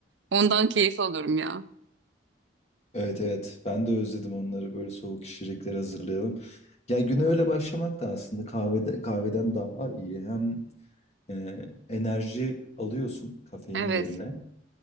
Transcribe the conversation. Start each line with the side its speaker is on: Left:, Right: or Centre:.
Right: Ondan keyif alıyorum ya.
Left: Evet evet ben de özledim onları böyle soğuk içecekleri hazırlayalım. Ya güne öyle başlamak da aslında kahvede, kahveden daha iyi. Hem e, enerji alıyorsun kafein
Right: Evet.
Left: yerine